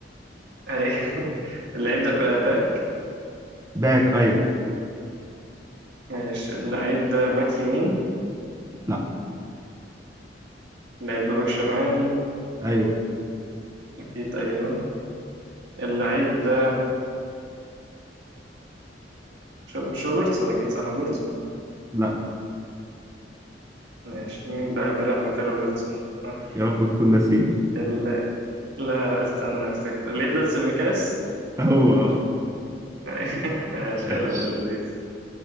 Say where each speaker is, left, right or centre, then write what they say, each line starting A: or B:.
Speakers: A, on the right (about 75°); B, on the right (about 20°).
A: اي <laughs> اللعيب ده بقى باك
B: باك ايوه
A: ماشي اللعيب ده باك يمين
B: لا
A: اللعيب ده باك شمال
B: ايوه
A: اكيد ايوه اللعيب ده مش مش روبرتسون اكيد صح روبرتسون
B: لا
A: ماشي مين بقى بيلعب مكان روبرتسون <laughs>
B: يا رب تكون ناسيه
A: ال- لا لا استنى افتكر اللعيب ده سيميكاس
B: <laughs> هو اه
A: <laughs> ماشي،
B: ياش
A: حلو ده لذيذ